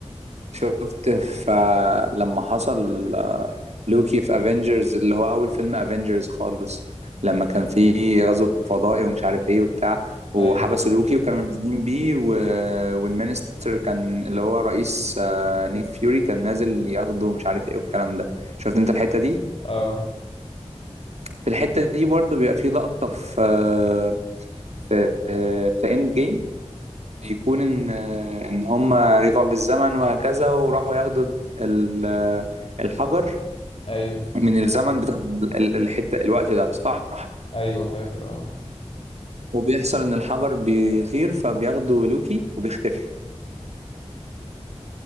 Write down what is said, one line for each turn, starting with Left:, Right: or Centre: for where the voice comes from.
Right: شفت فلما حصل لوكي في افنجرز اللي هو اول فيلم افنجرز خالص لما كان في غزو فضائي ومش عارف ايه وبتاع وحبسوا
Left: ايوه
Right: لوكي وكانوا نازلين بيه و... والمينستر كان اللي هو رئيس آه، نيك فيوري كان نازل ياخده ومش عارف ايه والكلام ده شفت انت الحتة دي
Left: اه
Right: في الحتة دي برضه بيبقى في لقطة في آه، في آه، في اند جيم يكون ان آه، ان هم رجعوا بالزمن وهكذا وراحوا ياخدوا ال- آه، الحجر
Left: ايوه
Right: من الزمن بتاع ال- ال- الحتة الوقت ده صح
Left: ايوه فاكر اه
Right: وبيحصل ان الحجر بيطير فبياخده لوكي وبيختفي